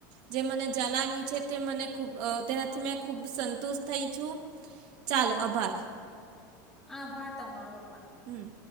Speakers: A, on the right; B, in the centre.
A: જે મને જણાવ્યું છે તે મને ખૂબ અહ <unintelligible> ખુબ સંતોષ થઈ છું. ચાલો આભાર.
B: આભાર તમારો પણ
A: હમ્મ.